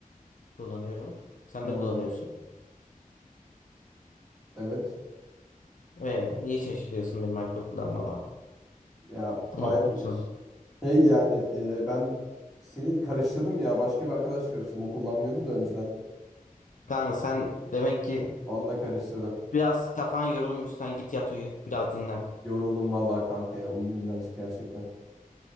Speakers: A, on the left (about 60°); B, in the centre.
A: Kullanıyorum. Sen
B: Ha,
A: de kullanıyorsun.
B: evet.
A: Ve niye şaşırıyorsun benim alkol kullanmama?
B: Ya baya
A: Unutmuşsun.
B: şey yani e, ben seni karıştırdım ya. Başka bir arkadaşla karıştırdım. O kullanmıyordu da önceden.
A: Kanka sen demek ki
B: Onunla karıştırdım.
A: biraz kafan yorulmuş. Sen git yat uyu. Biraz dinlen.
B: Yoruldum vallahi kanka ya. Uyuyayım birazcık gerçekten.